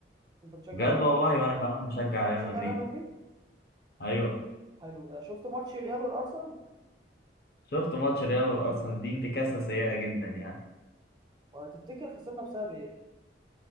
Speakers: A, on the right; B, on the left.
A: انت بتشجع
B: بجد
A: مين؟
B: والله وأنا كمان بشجع
A: انت كمان
B: ريال
A: بتشجع
B: مدريد
A: ريال مدريد؟
B: أيوه
A: حلو ده شفت ماتش ريال والارسنال؟
B: شفت ماتش ريال وأرسنال دي انتكاسة سيئة جدا يعني
A: وتفتكر خسرنا بسبب ايه؟